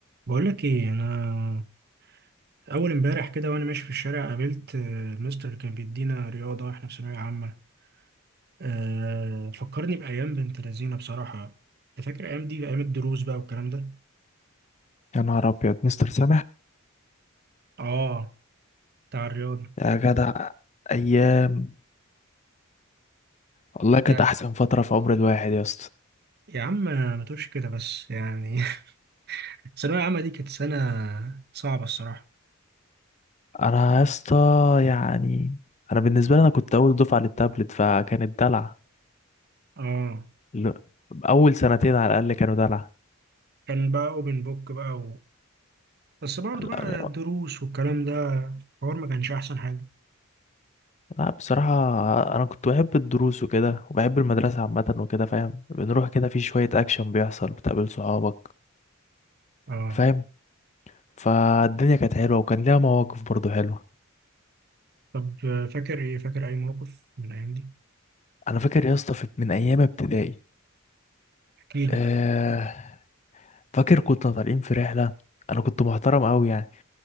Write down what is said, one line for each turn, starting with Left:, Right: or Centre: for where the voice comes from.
Right: بقولك ايه انا اول امبارح كده وانا ماشي في الشارع قابلت آه، المستر اللي كان بيدينا رياضه واحنا في ثانويه عامه أه فكرني بايام بنت لذينه بصراحه انت فاكر الايام دي ايام الدروس بقى والكلام ده
Left: يا نهار ابيض مستر سامح
Right: اه بتاع الرياضه
Left: يا جدع ايام والله
Right: انت
Left: كانت احسن فتره في عمر الواحد يا اسطى
Right: يا عم ما تقولش كده بس يعني <laughs> الثانويه العامه دي كانت سنه صعبه الصراحه
Left: انا يا اسطى يعني انا بالنسبه لي انا كنت اول دفعه للتابلت فكانت دلع
Right: اه
Left: ال- اول سنتين على الاقل كانوا دلع
Right: كان بقى اوبن بوك بقى و... بس برضه
Left: لا
Right: بقى الدروس والكلام ده الحوار ما كانش احسن حاجه
Left: لا، بصراحه انا كنت بحب الدروس وكده وبحب المدرسه عامه وكده فاهم بنروح كده في شويه اكشن بيحصل بتقابل صحابك
Right: اه
Left: فاهم فالدنيا كانت حلوه وكان ليها مواقف برضو حلوه
Right: طب آه، فاكر ايه فاكر اي موقف من الايام
Left: انا فاكر يا اسطى في- من ايام ابتدائي
Right: دي
Left: آه فاكر كنا طالعين في رحلة أنا كنت محترم أوي يعني